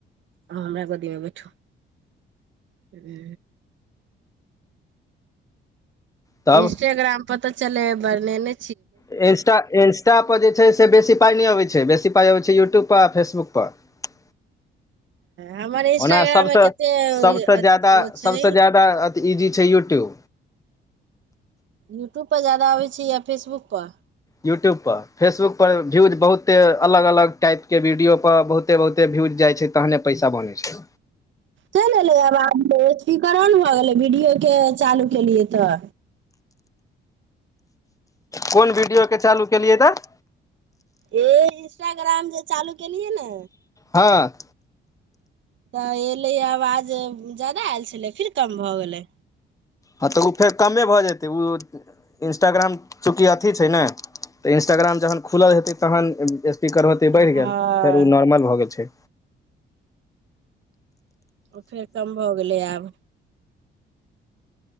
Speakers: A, on the right (about 70°); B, on the left (about 15°).
A: हँ हमरा गोदी मे बैठु ह
B: तब
A: <inaudible> इंस्टग्राम पर चले बरने ने
B: इंस्ट इंस्टा इंस्टा पर जे छै से बेसी पाइ नहि अबै छै बेसी पाइ अबै छै यूट्यूबपर आ फेसबुकपर
A: हमर इंस्टाग्राम
B: ओना सबसे
A: मे कते ओ
B: सबसे जादा
A: छै
B: सबसे जादा तऽ इजी छै यूट्यूब
A: यूट्यूबपर जादा अबै छै या फेसबुकपर
B: यूट्यूब पर फेसबुक पर व्यूज बहुते अलग अलग टाइप के वीडियो पर बहुते बहुते बहुते भ्युज जाइ छै तहने पैसा बनै छै
A: चलि एलै आब आब त स्पीकर ने भऽ गेलै वीडियओ के चालू केलियै तऽ
B: कोन वीडियोके चालू केलियै तऽ
A: हे इंस्टाग्राम जे चालू केलियै ने
B: हँ
A: तऽ एयलै या आवाज जादा आयल छलै फिर कम भऽ गेलै
B: हँ तऽ ओ फेर कमे भऽ जेतै उ इंस्टाग्राम चूकि अथी छै ने तऽ इंस्टाग्राम जहन खुलल हेतै तहन स्पीकर होते बढ़ि
A: हँ
B: गेल फेर ओ नॉर्मल भऽ गेल छै
A: ओ फेर कम भऽ गेलै आब